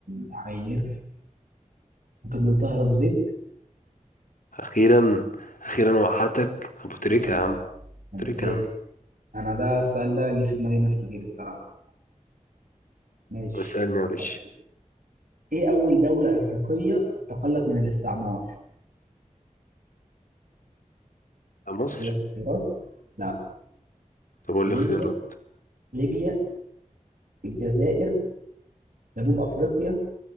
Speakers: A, on the right; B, on the left.
A: محير ممكن نقول طاهر ابو زيد
B: أخيرا أخيرا وقعتك أبو تريكة
A: آه،
B: يا عم
A: ابو
B: تريكة
A: تريك
B: يا عم
A: انا ده السؤال ده جه في دماغي ناس كتير الصراحه ماشي
B: طب اسألني يا باشا
A: طب ايه اول دوله افريقيه استقلت من الاستعمار
B: مصر
A: اقول لك اختيارات لا
B: طب قول
A: ليبيا
B: لي اختيارات
A: ليبيا الجزائر جنوب افريقيا